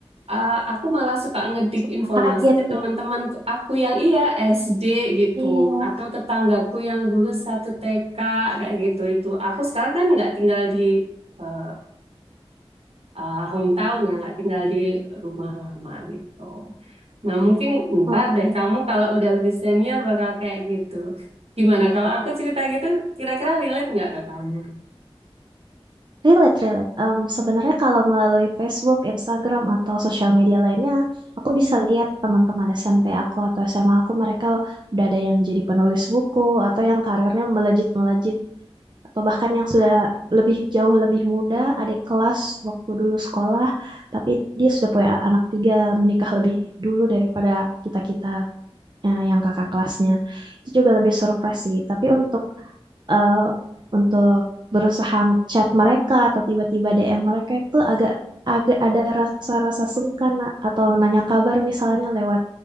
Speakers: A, on the right (about 75°); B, on the right (about 45°).
A: Ah, aku malah suka ngedik
B: Suka
A: informasi
B: kaget
A: ke teman-teman
B: ya?
A: aku yang iya SD gitu
B: Iya,
A: atau tetanggaku yang dulu satu TK kayak gitu itu aku sekarang kan nggak tinggal di eh, eh, hometown ya nggak tinggal di rumah lama gitu nah mungkin ntar
B: oke.
A: deh kamu kalau udah lebih senior bakal kayak gitu gimana kalau aku cerita gitu kira-kira relate nggak ke kamu
B: Relate, relate. Em, sebenarnya kalau melalui Facebook, Instagram, atau sosial media lainnya, aku bisa lihat teman-teman SMP aku atau SMA aku, mereka udah ada yang jadi penulis buku, atau yang karirnya melejit-melejit. atau bahkan yang sudah lebih jauh lebih muda, adik kelas waktu dulu sekolah, tapi dia sudah punya anak tiga, menikah lebih dulu daripada kita-kita eh, yang kakak kelasnya. Itu juga lebih surprise sih. Tapi untuk eh, untuk berusaha chat mereka atau tiba-tiba DM mereka itu agak agak ada rasa-rasa sungkan Nak. atau menanya kabar misalnya lewat